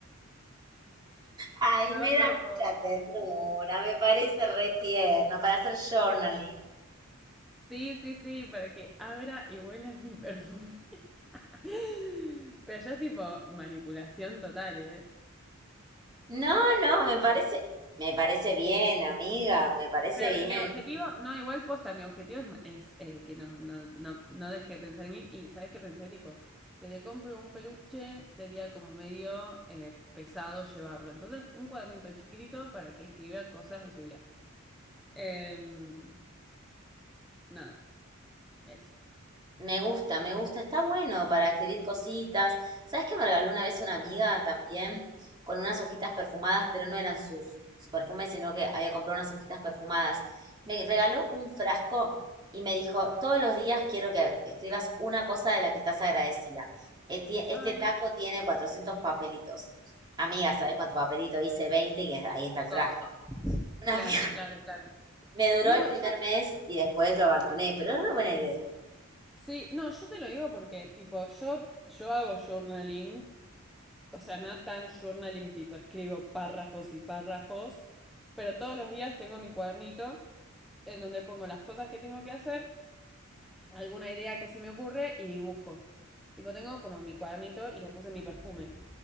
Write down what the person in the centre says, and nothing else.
Yo
tipo...
Sí, sí, sí, para que abra y huela mi perfume. <laughs> Pero ya es tipo manipulación total, ¿eh?
Pero
mi objetivo, no, igual posta, mi objetivo es, ma- es, eh, que no, no, no, no deje de pensar en mí. Y sabes que pensé, tipo, si le compro un peluche, sería como medio eh, pesado llevarlo. Entonces, un cuadernito chiquitito para que escriba cosas de su viaje. Em, nada, eso.
Ay,
dos.
Claro,
claro, claro.
No,
yo,
sí, no, yo te lo digo porque, tipo, yo, yo hago journaling o sea, nada tan journaling tipo, escribo párrafos y párrafos, pero todos los días tengo mi cuadernito en donde pongo las cosas que tengo que hacer, alguna idea que se me ocurre y dibujo. Tipo, tengo como mi cuadernito y le puse mi perfume.